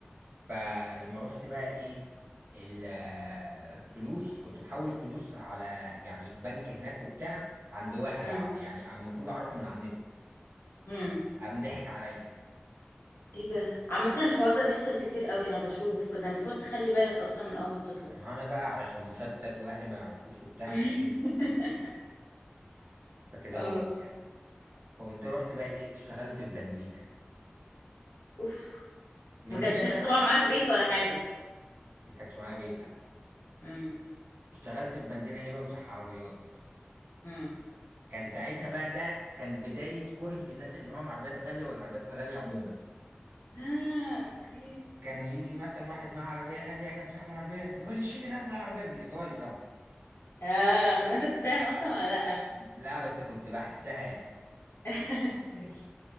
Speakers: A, on the right; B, on the left.
A: فلما رحت بقى ايه الفلوس كنت محول فلوس على يعني بنك هناك وبتاع عند واحد
B: امم
A: ع- يعني المفروض اعرفه من على النت
B: امم
A: قام ضحك عليا
B: ايه ده عامه الحوار ده بيحصل كتير قوي انا بشوف كنا المفروض تخلي بالك اصلا من اول ما تطلع
A: انا بقى علشان مشتت واهلي ما يعرفوش وبتاع
B: <laughs>
A: فايه فكده
B: اه
A: هوت يعني فقمت رحت بقى ايه اشتغلت في بنزينة
B: اوف
A: من
B: ما كانش
A: هنا
B: لسه
A: بقى
B: طبعا معاك بيت ولا حاجه
A: ما كانش معايا بيت لا
B: امم
A: اشتغلت في بنزينة ايه بمسح عربيات
B: امم
A: كان ساعتها بقى ده كان بداية كرهي للناس اللي معاهم عربيات غالية والعربيات الغالية عموما
B: اه اوكي
A: كان يجي مثلا واحد معاه عربية غالية أجي أمسح له العربية يقول لي شيل إيدك من العربية بالإيطالي طبعا
B: اه طب انت كنت فاهم اصلا ولا لا
A: لا بس كنت بحسها يعني
B: <laughs> ماشي